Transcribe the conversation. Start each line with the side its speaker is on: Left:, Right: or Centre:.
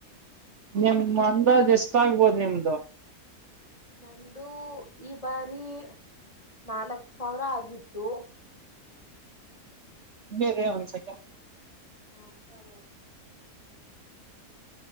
Right: ನಿಮ್ ಅಂದಾಜು ಎಷ್ಟ ಆಗ್ಬೋದು ನಿಮ್ದು
Left: ನಂದು ಈ ಬಾರಿ ನಾಲ್ಕ್ ಸಾವಿರ ಆಗಿತ್ತು
Right: ಇರ್ರಿ ಒಂದ್ ಸೆಕೆಂಡ್
Left: ಹಾ ಪರವಾಗಿನೆ